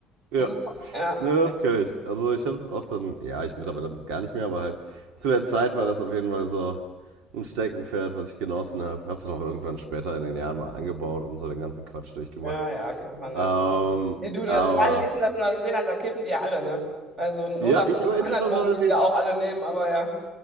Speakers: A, on the right (about 85°); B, on the right (about 30°).
A: ja.
B: So, ja,
A: Ne, das kenne ich. Also ich habe es auch dann, ja, ich mittlerweile gar nicht mehr, aber halt zu der Zeit war das auf jeden Fall so ein Steckenpferd, was ich genossen habe. Hab's dann auch irgendwann später in den Jahren mal angebaut und so den ganzen Quatsch durchgemacht.
B: ja, ja, kennt man, ja.
A: Ähm,
B: Nee, du, in
A: aber
B: Australien, wie ist denn das in Neuseeland? Da kiffen die ja alle, ne? Also unabhängig
A: ja, ich aber
B: von
A: interessanterweise
B: anderen Drogen, die die
A: jetzt
B: ja auch alle nehmen, aber ja.